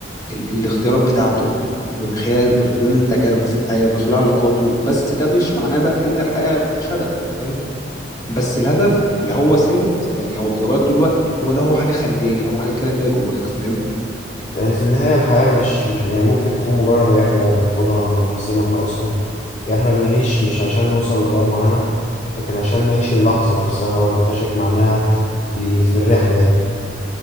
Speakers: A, on the left; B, on the left.
A: ال الاختيارات بتاعته من خلال من خلال تجاربه في الحياة من خلال علاقاته بس ده مش معناه بقى إن الحياة مفيهاش هدف فاهم بس الهدف اللي هو ثابت يعني هو بيتغير طول الوقت ولا هو حاجه خارجيه هو حاجه كده كده جواك فاهم
B: يعني في النهاية الحياة مش مش يعني ممكن تكون مجرد رحلة بناخدها مع نفسنا إحنا أصلا يعني إحنا بنعيش مش عشان نوصل لغاية معينة لكن عشان نعيش اللحظة نفسها ونكتشف معناها في في الرحلة دي